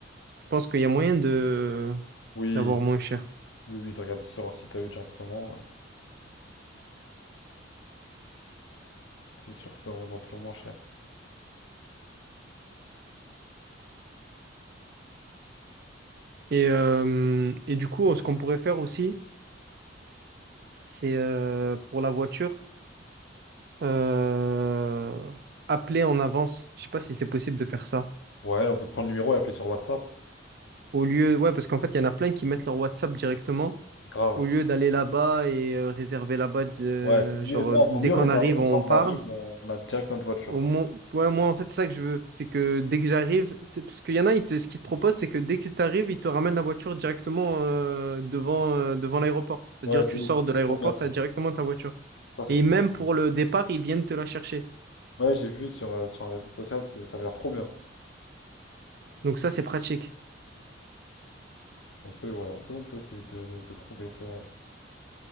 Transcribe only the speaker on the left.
Oui,
oui, oui, de regarder sur leur site à eux directement. ouais. C'est sûr, ça reviendra toujours moins cher.
Ouais, on peut prendre le numéro et appeler sur WhatsApp.
Grave.
Ouais, c'est mieux.
Non,
vaut mieux
réserver
comme
ça, on
arrive, on on a direct notre voiture,
quoi.
Ouais,
de ouf.
C'est
trop bien ça.
Ça, c'est
trop.
cool.
Ouais, j'ai vu sur, euh, sur un réseau social, c'est- ça avait l'air trop bien.
On peut, ouais, on peut, on peut essayer de, de- de trouver, c'est vrai.